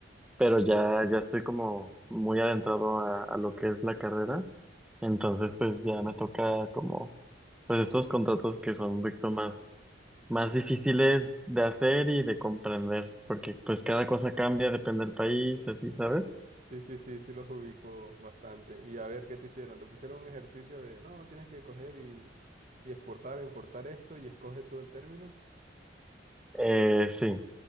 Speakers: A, in the centre; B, on the right.
A: pero ya, ya estoy como muy adentrado a, a lo que es la carrera, entonces pues ya me toca como, pues estos contratos que son un poquito más, más difíciles de hacer y de comprender, porque pues cada cosa cambia, depende del país, así, ¿sabes?
B: Sí, sí, sí, sí los ubico bastante. Y a ver, ¿qué te hicieron? Te pusieron un ejercicio de, no, tienes que coger y, y exportar, importar esto y escoge tú el término.
A: Eh, sí,